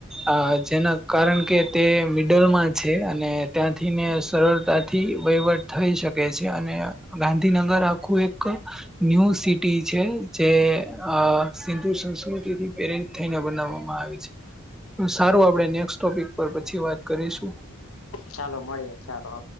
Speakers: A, in the centre; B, on the left.
A: અ જેના કારણ કે તે મિડલમાં છે, અને ત્યાંથીને સરળતાથી વહીવટ થઈ શકે છે, અને ગાંધીનગર આખું એક ન્યૂ સિટી છે જે અ સિંધુ સંસ્કૃતિથી પેરે થઈને બનાવવામાં આવી છે, સારું આપણે નેક્સટોપિક પર પછી વાત કરીશું.
B: ચાલો મળીએ ચારો